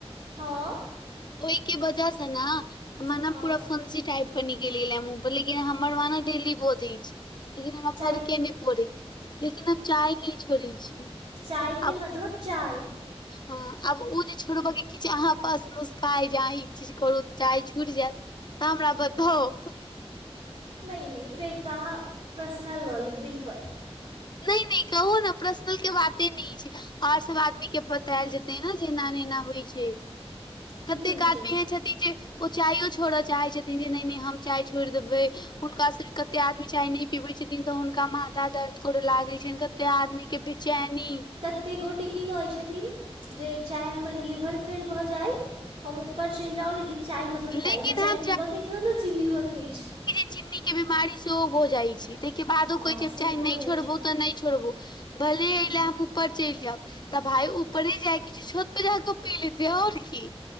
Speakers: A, on the right (about 75°); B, on the left (about 45°).
A: हँ
B: ओहिके वजह से ने मने
A: हँ
B: पूरा फंसी टाइप प न केेल मुह पर लेकिन हमर व डेल्ली पहु जा छै लेकिन हमरा
A: चाय
B: फरके नहि पड़ै लेकिन हम चाय नहि छोड़ै छी
A: चायके
B: आब
A: मतलब चाय
B: हँ आब ओ जे छोड़ब कि अहाँ पास पाइ जहाँ ई चीज करू चाह छुटि जायत तऽ हमरा बताउ
A: नहि नहि फेरता अहां प्रसनल लऽ लेब दिल पर
B: नहि नहि कहू ने प्रस्नल के बाते नहि छै आर सब आदमी के कायल जेतै ने जे एना ने एना होइ छै
A: की
B: कतेक आदमी
A: छै
B: होइ छथि छथिन जे ओ चायो छोड़य चाहे छथिन जे नहि नहि हम चाय छोड़ि देबै हुनका से कते आदमी चाय नहि पीबैत छथिन तऽ हुनका माथा दर्द करय लागैत छनि कते आदमी के बिचैनी
A: कतेक गोटे की कहैत छथिन जे चाहे हमर लीवर फेल भऽ जाइ हम ऊपर चलि जाउ लेकिन चाय मतलब
B: लेकिन
A: चाय हमरा चाय
B: हम
A: पीबय के छै मतलब चिबीबय के छै
B: चिन्नीके बीमारी सेहो भऽ जाइ छै ताहिके बादो
A: हँ
B: कहैत छै हम
A: से
B: चाहे
A: तऽ भऽ
B: नहि
A: जाइ
B: छोड़बौ
A: छै
B: तऽ नहि छोड़बौ भले
A: हँ
B: एहि ले हम ऊपर चलि जायब तऽ भााय ऊपरे जाइ के छै तो छत पर जा कऽ पी लेत आओर की